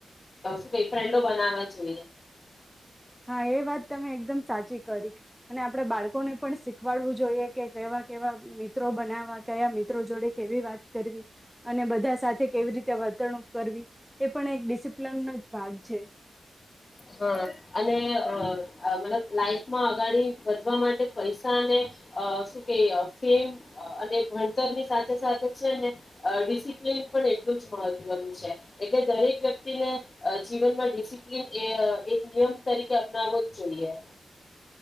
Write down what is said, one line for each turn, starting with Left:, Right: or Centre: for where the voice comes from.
Left: શું ક ફ્રેન્ડો બનાવે જએ
Centre: હા એ વાત તમે એકદમ સાચી કરી અને આપણેે બાળકોને પણ શીખવાડવું જોઈએ કે કેવા કેવા મિત્રો બનાવવા કયા મિત્રો જોડે કેવી વાત કરવી અને બધા સાથે કેવી રીતે વર્તણુંક કરવી એ પણ એક ડિસિપ્લનનો જ ભાગ છે
Left: હા અને મતલબ લાઈફમાં અગાળ વધવા માટે પૈસા અને શું કે ફેમ અને ભણતર ની સાથે સાથે છે ને ડિસિપ્લીન પણ એટલું જ મહત્વનું છે એટલે દરેક વ્યક્તિને જીવનમાં ડિસિપ્લિન એ એક નિયમ તરીકે અપનાવો જ જોઈએ